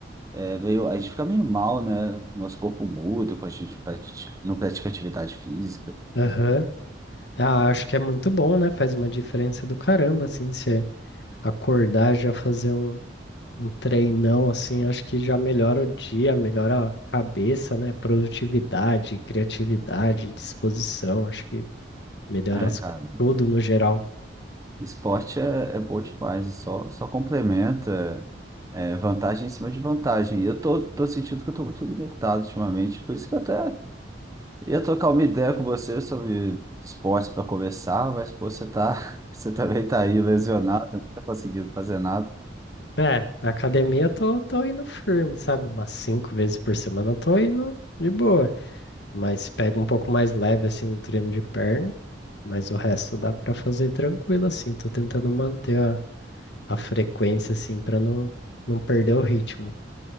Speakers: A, on the right; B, on the left.
A: é, meio, a gente fica meio mal, né? Nosso corpo muda quando a gente pratica- não pratica atividade física.
B: Aham. Ah, acho que é muito bom, né? Faz uma diferença do caramba, assim, você acordar já fazer um, um treinão, assim, acho que já melhora o dia, melhora a cabeça, né? Produtividade, criatividade, disposição, acho que melhora
A: É,
B: as-
A: cara.
B: tudo no geral.
A: Esporte é, é bom demais, e só, só complementa é, vantagem em cima de vantagem. E eu tô, tô sentindo que eu tô muito limitado ultimamente, por isso que eu até ia trocar uma ideia com você sobre esportes para conversar, mas pô, você tá, <laughs> você também tá aí lesionado, não tá conseguindo fazer nada.
B: É, na academia eu tô, tô indo firme, sabe? Umas cinco vezes por semana eu tô indo de boa. Mas pega um pouco mais leve assim no treino de perna, mas o resto dá pra fazer tranquilo assim. Tô tentando manter a, a frequência assim pra não, não perder o ritmo.